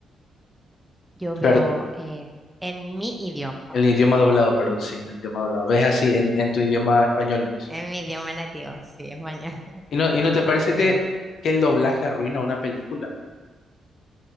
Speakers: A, in the centre; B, on the left.
A: Yo veo
B: Perdón,
A: eh, en mi idioma,
B: el idioma doblado, perdón, sí, el idioma doblado. ¿Ves así en, en tu idioma español? entonces?
A: en mi idioma nativo, sí, español, <laughs>
B: ¿Y no, y no
A: yo
B: te parece
A: veo.
B: que, que el doblaje arruina una película?